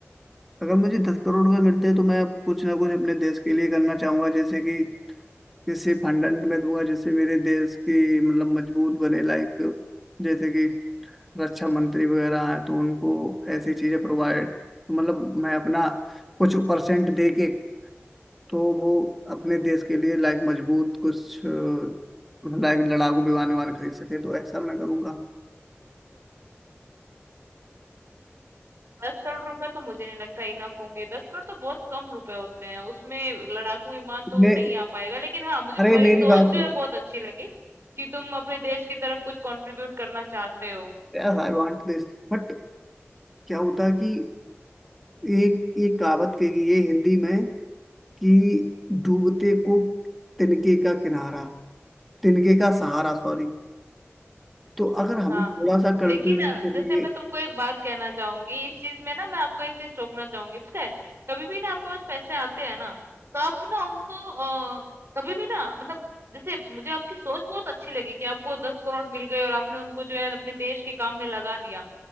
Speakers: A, in the centre; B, on the right.
A: अगर मुझे दस करोड़ रुपए मिलते हैं तो मैं कुछ ना कुछ अपने देश के लिए करना चाहूंगा जैसे कि किसी फंड अंड में दूंगा जिससे मेरे देश की मतलब मजबूत बने लाइक जैसे कि रक्षा मंत्री वगैरह हैं तो उनको ऐसी चीजें प्रोवाइड मतलब मैं अपना कुछ परसेंट दे के तो वो अपने देश के लिए लाइक मजबूत कुछ लाइक लड़ाकू विमान विमान खरीद सके तो ऐसा मैं करूंगा
B: दस करोड़ रुपए तो मुझे नहीं लगता इनफ होंगे दस करोड़ तो बहुत कम रुपए होते हैं उसमें लड़ाकू विमान तो
A: ने
B: नहीं आ पाएगा लेकिन हाँ मुझे
A: अरे
B: तुम्हारी
A: मेरी
B: सोच
A: बात सुनो
B: जो है बहुत अच्छी लगी कि तुम अपने देश की तरफ कुछ कंट्रीब्यूट करना चाहते हो
A: Yes I want this But क्या होता है कि एक एक कहावत कही है हिंदी में कि डूबते को तिनके का किनारा तिनके का सहारा सॉरी तो अगर हम
B: हाँ,
A: थोड़ा सा कंट्रीब्यूट
B: लेकिन अ,
A: करेंगे
B: जैसे मैं तुमको एक बात कहना चाहूंगी इस चीज में ना मैं आपको एक चीज टोकना चाहूंगी पता है कभी भी ना आपके पास पैसे आते हैं ना तो आप ना उनको अ, कभी भी ना मतलब जैसे मुझे आपकी सोच बहुत अच्छी लगी कि आपको दस करोड़ मिल गए और आपने उनको जो है अपने देश के काम में लगा दिया